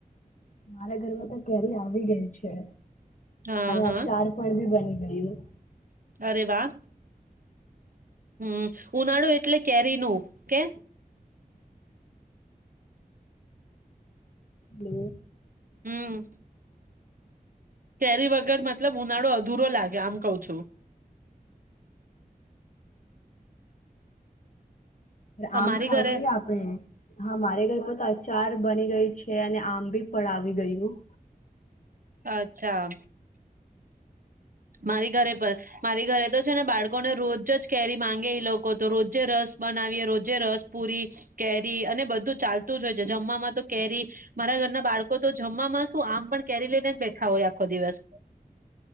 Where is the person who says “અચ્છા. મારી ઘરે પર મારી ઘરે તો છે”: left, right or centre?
Right